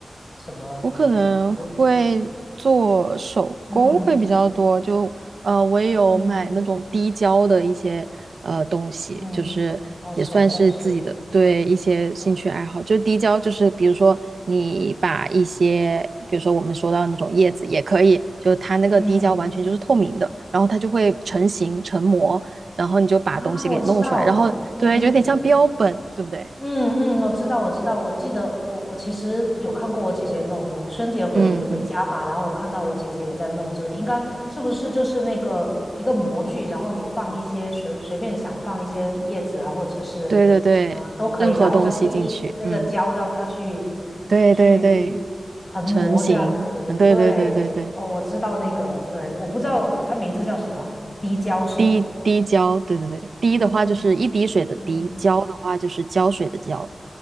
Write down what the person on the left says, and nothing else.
什么，
或者嗯
嗯。嗯，
哦，手工是，嗯
嗯
啊，我知道，
嗯，
嗯嗯，我知道，我知道，我记得我我其实有看过我姐姐弄，我春节回回家嘛，
然后我看到我姐姐也在弄这，应该是不是就是那个一个模具，然后你放一些随随便想放一些叶子啊，或者是什么都可以，
然后就滴那个胶让它去
去横膜这样子，
对，哦，我知道那个了，对，我不知道它名字叫什么，滴胶是吧？
哦，嗯。